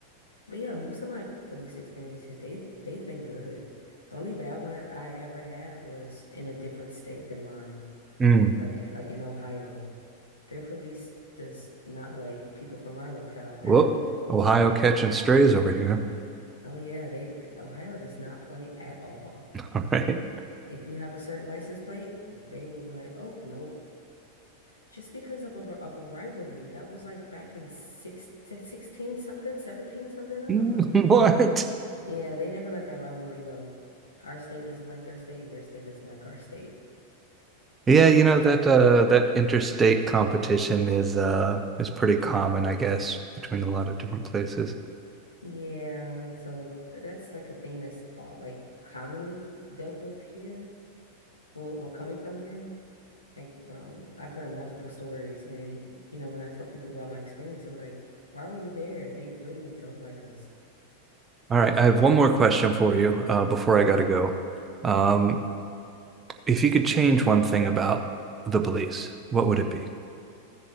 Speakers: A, on the left; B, on the right.
A: but yeah, most of my police experiences, they've they've been good. The only bad one I, I ever had was in a different state than mine.
B: Mm.
A: Like eh, like in Ohio. Their police does not like people from our locale at
B: Whoop!
A: all.
B: Ohio catching strays over here.
A: Oh yeah, they Ohio does not play at all.
B: <laughs> All right.
A: If you have a certain license plate, they will be like, oh, nope. Just because of a, of a rivalry that was like back in six to 16 something, 17 something, I
B: Mm-hmm.
A: don't know.
B: <laughs> What?
A: Yeah, they never let that rivalry go. Our state doesn't like their state and their state doesn't like our state.
B: Yeah, you know that uh that interstate competition is uh is pretty common, I guess, between a lot of different places.
A: Yeah, so th that's like a thing that's all like commonly dealt with here. Well, well, coming from here, like um, I've heard multiple stories, and then you know when I tell people about my experience, they were like, "Why were you there?" They literally don't like us.
B: All right, I have one more question for you uh before I gotta go. Um, if you could change one thing about the police, what would it be?